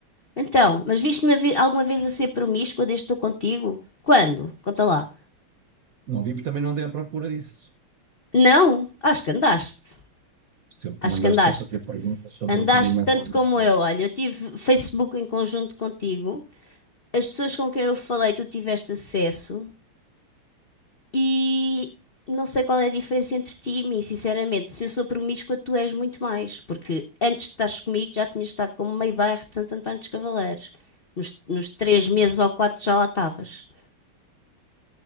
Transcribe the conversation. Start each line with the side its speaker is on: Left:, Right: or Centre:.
Left: Então, mas viste-me a vi- alguma vez a ser promíscua desde que estou contigo? Quando? Conta lá.
Right: Não vi, porque também não andei à procura disso.
Left: Não, acho que andaste.
Right: Sempre
Left: Acho
Right: mandaste
Left: que andaste.
Right: a fazer perguntas sobre
Left: Andaste
Right: tudo e mais
Left: tanto
Right: alguma
Left: como
Right: coisa.
Left: eu. Olha, eu tive Facebook em conjunto contigo. As pessoas com quem eu falei, tu tiveste acesso. E não sei qual é a diferença entre ti e mim, sinceramente. Se eu sou promíscua, tu és muito mais. Porque antes de estares comigo, já tinhas estado como meio bairro de Santo António dos Cavaleiros. Nos, nos três meses ou quatro já lá estavas.